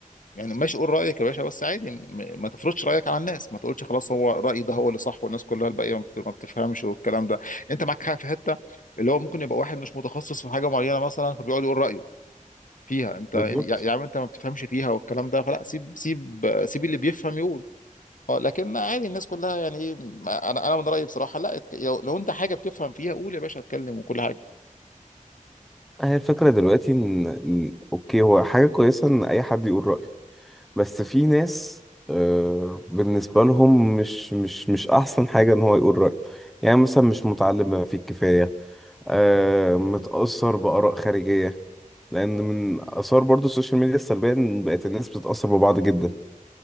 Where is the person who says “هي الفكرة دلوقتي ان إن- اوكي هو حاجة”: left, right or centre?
Centre